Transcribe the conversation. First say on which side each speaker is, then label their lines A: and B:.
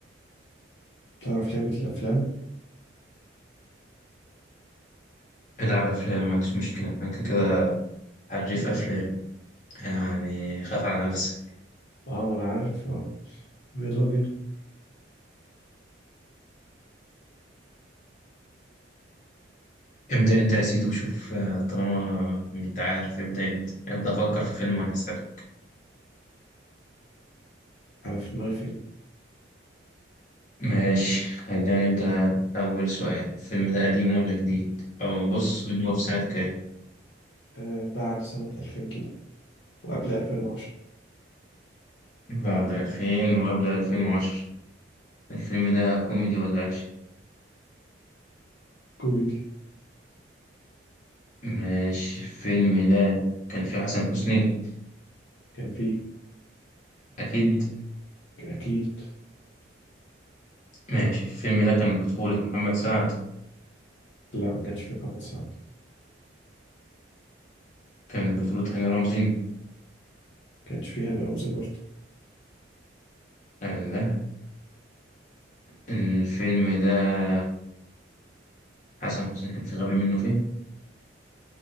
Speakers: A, on the left (about 65°); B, on the left (about 40°).
A: تعرف لعبة الأفلام؟
B: العب افلام ما عنديش مشكله انا كده كده حريف افلام يعني خاف على نفسك
A: اه ما أنا عارف اه طب يلا بينا
B: ابدا انت يا سيدي وشوف آه، طالما انت عارف ابدا انت ابدا فكر في فيلم وانا هسالك
A: أنا في دماغي فيلم
B: ماشي خلينا نبدا اول سؤال الفيلم ده قديم ولا جديد او بص اللي هو في سنه كام
A: آه بعد سنة 2000 كده وقبل 2010
B: بعد 2000 وقبل 2010 الفيلم ده كوميدي ولا اكشن
A: كوميدي
B: ماشي الفيلم ده كان فيه حسن حسني
A: كان فيه
B: اكيد
A: أكيد
B: ماشي الفيلم ده كان بطولة محمد سعد
A: لا ما كانش فيه محمد سعد
B: كان بطولة هاني رمزي
A: ما كانش فيه هاني رمزي برضه
B: الله الفيلم ده حسن حسني كان في غبي منه فيه